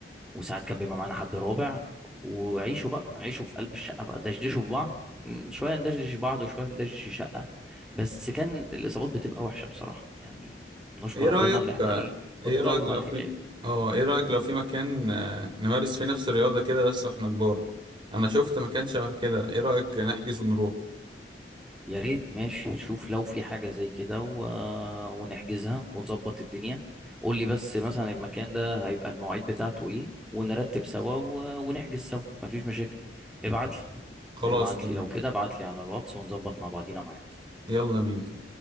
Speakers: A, in the centre; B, on the right.
A: وساعات كان بيبقى معانا حد رابع وعيشوا بقى عيشوا في قلب الشقة بقى دشدشوا في بعض م، شوية ندشدش بعض وشوية ندشدش الشقة بس كان الإصابات بتبقى وحشة بصراحة يعني نشكر
B: ايه رأيك
A: ربنا اللي احنا ايه بطلنا
B: ايه رأيك لو
A: الحكاية
B: في
A: دي.
B: اه ايه رأيك لو في مكان آه، نمارس فيه نفس الرياضة كده بس واحنا كبار انا شفت مكان شبه كده ايه رأيك نحجز ونروح
A: يا ريت ماشي شوف لو في حاجة زي كده و... ونحجزها ونظبط الدنيا قول لي بس مثلا المكان ده هيبقى المواعيد بتاعته ايه ونرتب سوا و... ونحجز سوا مفيش مشاكل ابعت لي
B: خلاص
A: ابعت
B: تمام
A: لي لو كده ابعت لي على الواتس ونظبط مع بعضينا معاك
B: يلا بينا